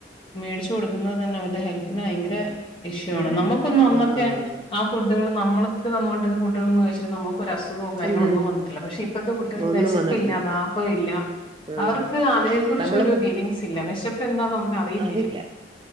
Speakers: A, on the left; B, on the right.
A: മേടിച്ചു കൊടുക്കുന്നത് അ തന്നെ അവരുടെ ഹെൽത്തിന് ഭയങ്കര ഇഷ്യൂ ആണ് നമുക്ക് അന്നൊക്കെ
B: ആഹ്
A: ആ ഫുഡുകൾ നമ്മൾ കഴിച്ചിട്ട് നമുക്ക് ഒരസുഖവും അുഖവും കാര്യങ്ങള
B: ഉം
A: ഒന്നും വന്നിട്ടില്ല പക്ഷെ ഇപ്പഴത്തെ കുട്ടികക്ക്
B: ഒന്നും
A: വിശപ്പില്ല
B: വന്നിട്ടില്ല
A: ദാഹവും ഇല്ല
B: ഉം
A: അവർക്ക് അതിനെ കുറിച്ച്
B: നമ്മളിപ്പോ
A: ഒരു ഫീലിങ്സ് ഇല്ല വിശപ്പ് എന്താന്ന് അവർക്ക് അറിയത്തില്ല
B: അതില്ല